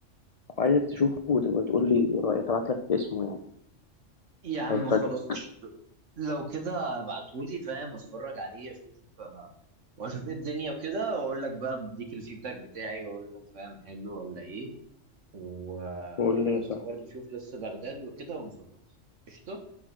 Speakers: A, on the left; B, on the right.
A: وعايزك تشوفه وتبقى تقول لي إيه رأيك أبعت لك اسمه يعني
B: يا عم
A: هيفاجئك
B: خلاص قشطة. لو كده ابعتهولي فاهم اتفرج عليه اشوف آه، واشوف ايه الدنيا وكده واقول لك بقى بديك الفيدباك بتاعي واقول لك فاهم حلو ولا ايه و...
A: قول لي يا
B: وانت
A: صاحبي
B: برضو شوف لسه بغداد وكده ونظبط قشطه